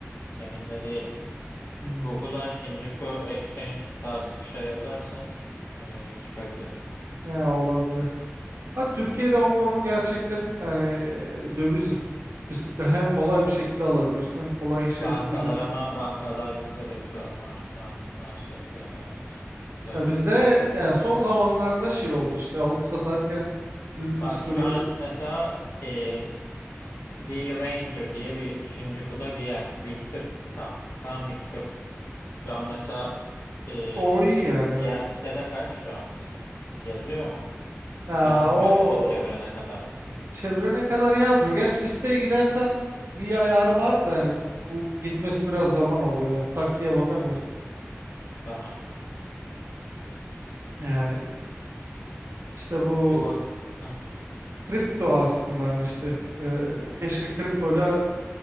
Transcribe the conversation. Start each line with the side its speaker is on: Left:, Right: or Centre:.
Left: Emin de değilim.
Right: hmm,
Left: Google'a Shinjuku Exchange tarzı bir şey yazarsan eee, çıkabilir.
Right: ya olabilir. Ha, Türkiye'de o konu gerçekten yani e, döviz biz de hem kolay bir şekilde alabiliyorsun hem kolay işleyebilirsin.
Left: Bankalar ama bankalar bizde de güzel marj, marj, marj yapıyor marjine Güzel
Right: Ya bizde
Left: marj.
Right: yani son zamanlarda şey oldu işte alıp satarken bir
Left: Bak
Right: bir sürü
Left: şu an mesela e, The Ranger diye bir Shinjuku'da bir yer. 140 tam. Tam 140. Şu an mesela e,
Right: o iyi yani
Left: diğer sitede kaç şu an mesela? Yazıyor mu?
Right: Ya,
Left: Yazmıyor
Right: o
Left: değil mi çevrene kadar?
Right: çevrene kadar yazmıyor. Gerçi bir siteye gidersen bir ayarı var da hani bu gitmesi biraz zaman alıyor. Yani tak diye bakamıyorsun.
Left: Daha.
Right: Yani işte bu
Left: Bir bak. Ha.
Right: kripto aslında hani işte e, keşke kriptoyla